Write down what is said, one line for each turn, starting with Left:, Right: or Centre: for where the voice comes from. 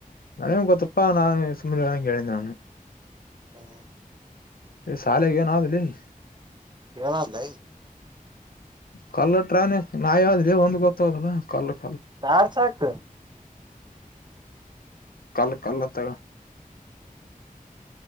Left: ಅದೇ ಕೊತಪ್ಪ ನಾ ಸುಮ್ಮನೆ ಕೇಳಂದು
Right: ಹ್ಮ
Left: ಇ ಶಾಲೆ ಇಏನಾವದಲ್ಲಿ
Right: ಕೇಳಂತ
Left: ಕಲ್ಲಟ್ರಾನೆ ನಾ ಯಾವ್ದಿಲ್ಲ ಒಂದ್ ಗೊತ್ತದಲ್ಲ ಕಲ್ಲಟ
Right: ಚಾರ್ ಸಾಕ
Left: ಕಲ್ಲ ಕಲ್ಲ ತ